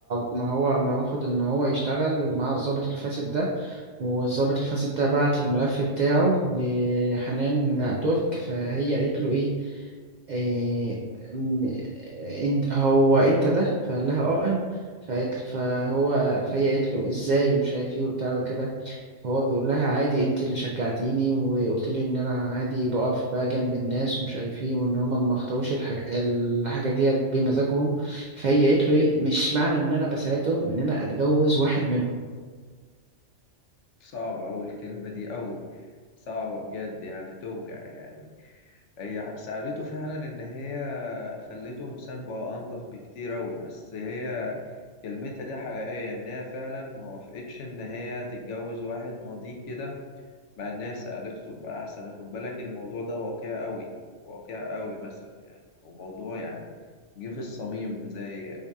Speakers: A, on the right; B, on the left.
A: ما هو ما رفض ان هو يشتغل مع الضابط الفاسد ده والضابط الفاسد ده بعت الملف بتاعه لحنان ترك فهي قالت له ايه إيه م- انت هو انت ده فقال لها اه انا فقالت فهو فهي قالت له ازاي ومش عارف ايه وبتاع وكده فهو بيقول لها عادي انت اللي شجعتيني وقلت لي ان انا عادي بقف بقى جنب الناس ومش عارف ايه وان هما ما اختاروش الح- الحاجه ديت بمزاجهم فهي قالت له ايه مش معنى ان انا بساعدهم ان انا اتجوز واحد منهم
B: صعبة اوي الكلمة دي اوي صعبة بجد يعني توجع يعني هي ساعدته فعلا إن هي خلته إنسان بقى أنضف بكتير أوي بس هي كلمتها دي حقيقية إن هي فعلا ما وافقتش إن هي تتجوز واحد ماضيه كده مع إن هي ساعدته تبقى أحسن خد بالك الموضوع ده واقع أوي واقع أوي مثلا يعني وموضوع يعني جه في الصميم زي